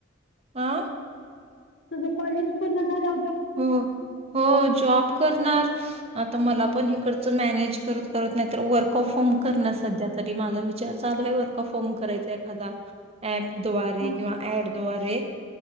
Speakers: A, on the right (about 30°); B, on the left (about 60°).
A: हां
B: तुझ कॉलेज पूर्ण झाला.
A: हो हो जॉब. आता मला पण हे मॅनेज करत करत नाहीत वर्क ऑफ होम करणार सध्या. तरी माझा विचार चालू आहे वर्कऑफ होम करायचा एखादा ऍप. दवारे
B: हा
A: किंवा ऍड दवारे